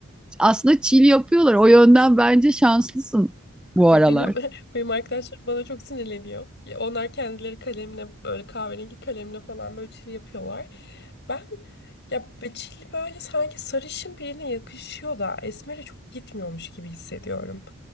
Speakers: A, in the centre; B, on the left (about 50°).
A: aslında chill yapıyorlar. O yönden bence şanslısın bu
B: Ya
A: aralar.
B: benim <laughs> benim arkadaşlarım bana çok sinirleniyor. Ya onlar kendileri kalemle böyle kahverengi kalemle falan böyle çil yapıyorlar. Ben ya be- çil böyle sanki sarışın birine yakışıyor da esmere çok gitmiyormuş gibi hissediyorum.